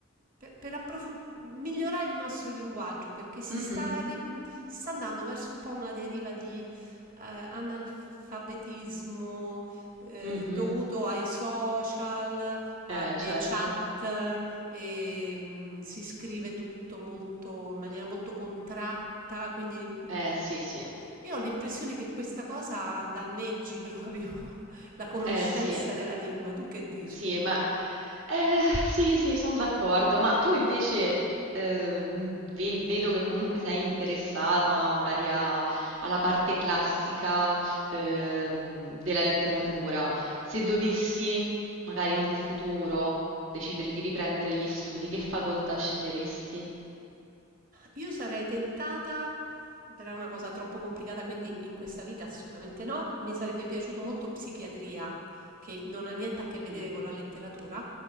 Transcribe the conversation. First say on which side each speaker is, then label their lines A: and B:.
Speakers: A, on the right; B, on the right.
A: per- per approfon- migliorare il nostro linguaggio, perché si
B: mhm.
A: sta, arri- mh, si sta andando verso un po' una deriva di eh, analfabetismo eh,
B: Mhm,
A: Mm, mm. dovuto ai social, Eh beh, alle
B: Eh, certo.
A: certo. chat, e, mh, si scrive tutto molto, in maniera molto contratta, quindi
B: Eh sì, sì.
A: io ho l'impressione che questa cosa danneggi proprio <laughs> la Anche conoscenza
B: Eh sì,
A: qui. della lingua. Tu che dici?
B: sì, ma eh, sì, sì, sono d'accordo. Ma tu invece eh, m, ve- vedo che comunque sei interessata magari a- alla parte classica ehm, della letteratura. Se dovessi, magari in un futuro, decidere di riprendere gli studi, che facoltà sceglieresti?
A: Io sarei tentata, però è una cosa troppo complicata, quindi in questa vita assolutamente no. Mi sarebbe piaciuto molto psichiatria, che non ha niente a che vedere
B: Mm.
A: con la letteratura,